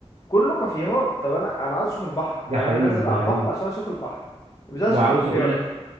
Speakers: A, on the left; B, on the right.
A: كله كافيهات طب انا انا عايز اشوف البحر
B: ده
A: يعني
B: حقيقي
A: انا نازل
B: ده
A: على
B: حقيقي
A: البحر عشان اشوف البحر مش عايز
B: وعاوز
A: اشوف الكافيهات
B: اقول لك